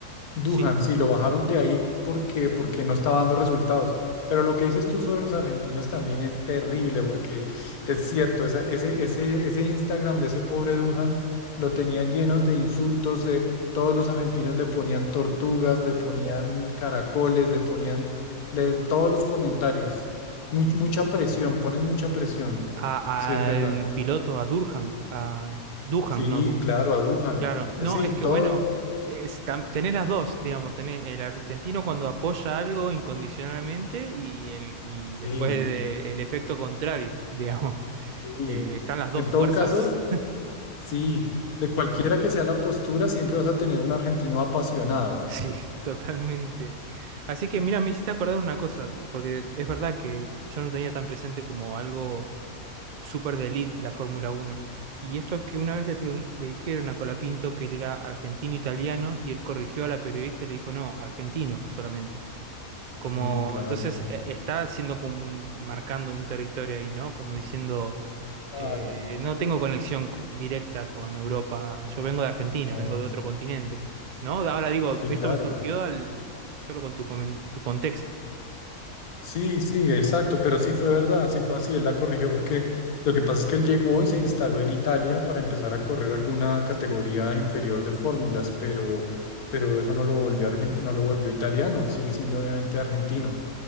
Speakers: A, on the left; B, on the right.
A: Duhan,
B: sí.
A: sí, lo bajaron de ahí porque, porque no estaba dando resultados. Pero lo que dices tú sobre los argentinos también es terrible, porque es cierto, esa- ese, ese, ese Instagram de ese pobre Duhan lo tenía llenos de insultos, de todos los argentinos le ponían tortugas, le ponían caracoles, le ponían le- todos los comentarios. Much- mucha presión, ponen mucha presión,
B: A-
A: si es verdad.
B: al piloto, a Durhan, a Duhan,
A: Sí,
B: no Durhan.
A: claro, a Duhan.
B: Claro, no,
A: Eh, Sí,
B: es que
A: todo,
B: bueno, es tam- tenés las dos, digamos, tenés el argentino cuando apoya algo incondicionalmente y, el, y después
A: sí,
B: de- el efecto contrario, <laughs> digamos.
A: sí.
B: Eh, están las dos
A: En
B: fuerzas,
A: todo caso. Sí, de cualquiera que sea la postura, siempre vas a tener un argentino apasionado.
B: <laughs> sí, totalmente. Así que mira, me hiciste acordar una cosa, porque es verdad que yo no tenía tan presente como algo súper de elite la Fórmula Uno Y esto que una vez le, pregun- le dijeron a Colapinto que él era argentino-italiano y él corrigió a la periodista y le dijo, no, argentino solamente. Como,
A: Sí, claro,
B: entonces
A: argentino.
B: eh, está haciendo como un, marcando un territorio ahí, ¿no? Como diciendo,
A: Claro,
B: eh, no tengo conexión c- directa con Europa, yo vengo de Argentina,
A: no,
B: vengo de otro continente, ¿no? Ahora digo,
A: sí,
B: esto
A: claro.
B: me surgió al- solo con tu, comen- tu contexto.
A: Sí, sí, exacto, pero sí fue verdad, sí fue así, él la corrigió porque lo que pasa es que él llegó y se instaló en Italia para empezar a correr alguna categoría inferior de fórmulas, pero, pero eso no lo volvió argen- no lo volvió italiano, él sigue siendo obviamente argentino.